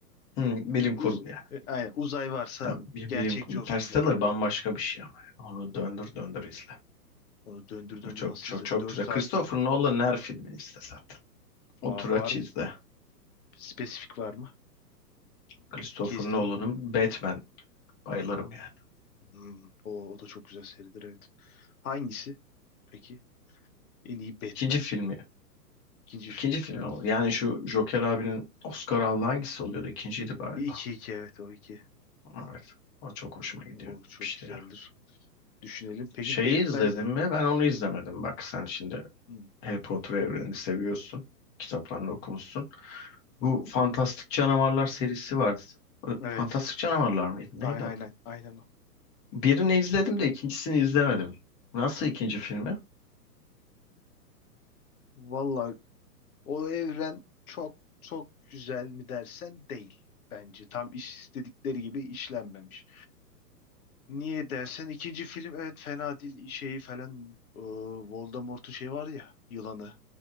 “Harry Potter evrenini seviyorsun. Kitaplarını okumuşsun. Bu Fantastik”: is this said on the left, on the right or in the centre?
Left